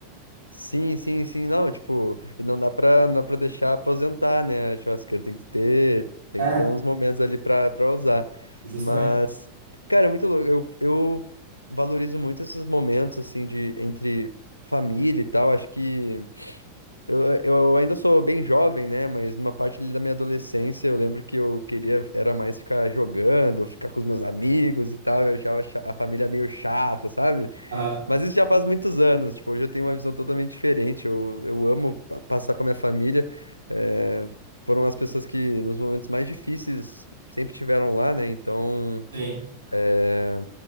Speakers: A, on the left; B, on the right.
A: Sim, sim, sim. Não, tipo, e não dá pra, não dá pra deixar aposentar, né? A churrasqueira tem que ter, tem
B: É,
A: que ter uns momentos ali pra, pra usar.
B: justamente.
A: Mas, cara, é muito louco. Eu, eu valorizo muito esses momentos, assim, de entre família e tal. Acho que. Eu, eu ainda sou bem jovem, né? Mas numa parte ali da minha adolescência, eu lembro que eu queria era mais ficar jogando, ficar com os meus amigos e tal. Eu achava cha- a família meio chata, sabe?
B: Ah,
A: Mas isso já faz muitos anos. Tipo, hoje eu tenho uma visão totalmente diferente. Eu, eu amo pa- passar com a minha família. eh, foram as pessoas que nos momentos mais difíceis sempre tiveram lá, né? Então.
B: tem.
A: É,